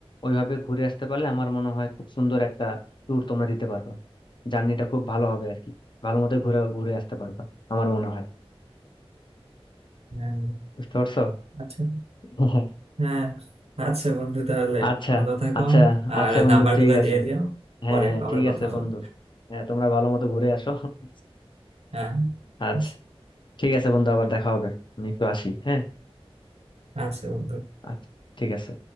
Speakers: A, on the left; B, on the right.
A: ওইভাবে ঘুরে আসতে পারলে আমার মনে হয় খুব সুন্দর একটা ট্যুর তোমরা দিতে পারবা জার্নিটা খুব ভালো হবে আর কি ভালো মতো ঘুরে ঘুরে আসতে পারবা আমার মনে হয়
B: হ্যাঁ,
A: বুঝতে পারছো
B: আচ্ছা
A: <laughs>
B: হ্যাঁ আচ্ছা বন্ধু তাহলে
A: আচ্ছা
B: ভালো থাকো
A: আচ্ছা
B: আর
A: আচ্ছা বন্ধু
B: নাম্বার
A: ঠিক
B: গুলো
A: আছে
B: দিয়ে দিও
A: হ্যাঁ
B: পরে
A: হ্যাঁ
B: আবার
A: ঠিক
B: কথা
A: আছে
B: হবে
A: বন্ধু হ্যাঁ তোমরা ভালো মতো ঘুরে আসো <laughs>
B: হ্যাঁ
A: আচ্ছা
B: আচ্ছা
A: ঠিক আছে বন্ধু আবার দেখা হবে আমি একটু আসি হ্যাঁ
B: আচ্ছা বন্ধু
A: আচ্ছা ঠিক আছে